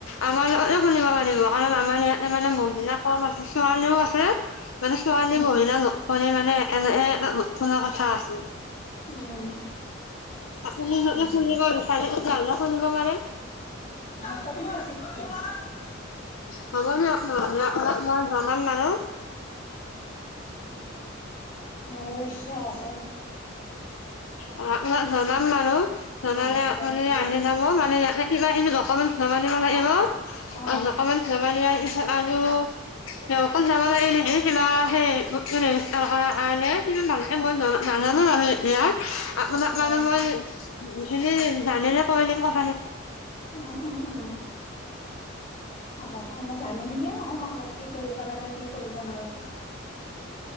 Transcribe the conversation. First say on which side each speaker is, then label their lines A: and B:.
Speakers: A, on the left; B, on the left.
A: আমাৰ লগতো খুলিব পাৰিব কাৰণ আমাৰ ইয়াত। মানে মহিলা কম আছে ছোৱালীও আছে। মানে ছোৱালী,
B: উম,
A: মহিলা মানে একেলগে এটা গোট খুলা কথা আছিল।
B: উম
A: আপুনি
B: উম।
A: খুলিব বিচাৰে তেতিহলে খুলিব পাৰে
B: কঠনা চটো <unintelligible>
A: হ'ব দিয়ক অ মই জনাম বাৰু
B: অৱষয় <unintelligible> আছে
A: অ আপোনাক জনাম বাৰু জনালে
B: আহ
A: আপুনি
B: জনাব
A: আহি যাব মানে ইতে কিবা কিনি দকমেন্ট জমা দিব লাগিব।
B: অ'
A: দকমেন্ট জমা দিয়া পিছত আৰু অকণ যাব লাগিলে <unintelligible> কিবা সেই ৰেজিষ্টাৰ কৰা কাৰনে ভালকে
B: জানো
A: মই নাজানো বাৰু এতিয়া আপোনাক
B: অ'
A: মানুহ
B: অ'
A: মই খিনি জানিলে কৰি <unintelligible>
B: উম উম উম অ মই জানিম দিয়া সমালৈ কি কৰিব লাগে কি কৰিব নালাগে